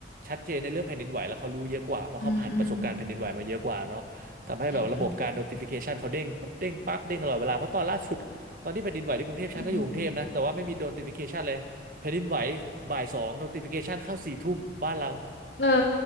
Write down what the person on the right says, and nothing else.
ชัดเจนในเรื่องแผ่นดินไหวแล้วเขารู้เยอะกว่าเพราะเขาผ่านประสบการณ์แผ่นดินไหวมาเยอะกว่าเนาะทำให้แบบระบบการ
notification เขาเด้งปุ๊บเด้งปั๊บเด้งตลอดเวลาเพราะตอนล่าสุดตอนที่แผ่นดินไหวที่กรุงเทพฉันก็อยู่กรุงเทพนะแต่ว่าไม่มี
notification เลย แผ่นดินไหวบ่ายสอง notification เข้าสี่ทุ่มบ้านเรา